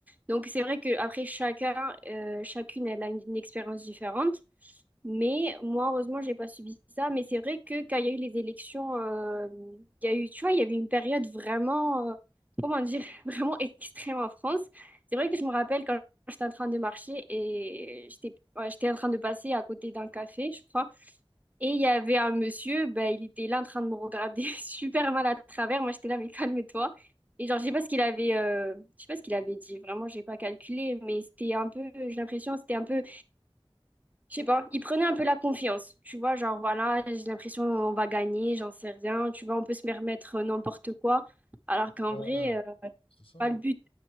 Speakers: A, on the right (about 15°); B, on the left (about 75°).
A: Donc, c'est vrai que après chacun, euh, chacune, elle a une, une expérience différente. Mais moi, heureusement, j'ai pas subi ça. Mais c'est vrai que quand il y a eu les élections, euh, il y a eu, tu vois, il y avait une période vraiment, euh, comment dire, <laughs> vraiment extrême en France. C'est vrai que je me rappelle quand j'étais en train de marcher et j'étais, ouais, j'étais en train de passer à côté d'un café, je crois. Et il y avait un monsieur, ben, il était là en train de me regarder <laughs> super mal à travers. Moi, j'étais là, mais calme-toi. Et genre, je sais pas ce qu'il avait, euh, je sais pas ce qu'il avait dit. Vraiment, j'ai pas calculé, mais c'était un peu, j'ai l'impression, c'était un peu je sais pas, il prenait un peu la confiance. Tu vois, genre voilà, j'ai l'impression on va gagner, j'en sais rien. Tu vois, on peut se permettre n'importe quoi. Alors qu'en
B: Ouais,
A: vrai, euh, c'est
B: c'est ça.
A: pas
B: hein.
A: le but.